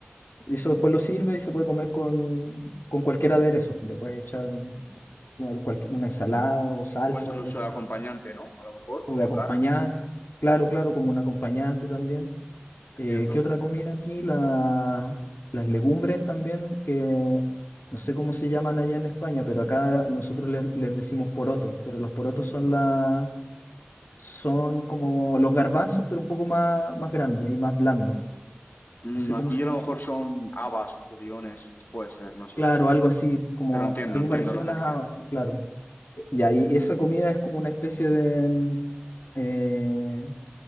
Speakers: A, on the left; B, on the left.
A: y eso después lo sirve y se puede comer con, con cualquier aderezo. Le puedes
B: Sí.
A: echar un- cual- cualquier- una ensalada o salsa
B: O incluso
A: de cualquier,
B: de acompañante, ¿no? A lo mejor
A: o
B: con
A: de acompañante.
B: carne.
A: Claro,
B: Entiendo,
A: claro, como un acompañante también.
B: entiendo.
A: Eh, ¿qué otra comida aquí? La- las legumbres también, que no sé cómo se llaman allá en España, pero acá nosotros les, les decimos porotos, pero los porotos son la Son como los garbanzos, pero un poco más, más grandes y más blandos.
B: Mm,
A: No sé
B: aquí
A: cómo se
B: a lo
A: llama.
B: mejor son habas o judiones. Puede ser, no sé.
A: Claro, algo así, como
B: Pero entiendo,
A: algo
B: entiendo
A: parecido
B: lo
A: a
B: que
A: las
B: me
A: habas,
B: quieres decir.
A: claro. Ya, y esa comida es como una especie de, mm, eh,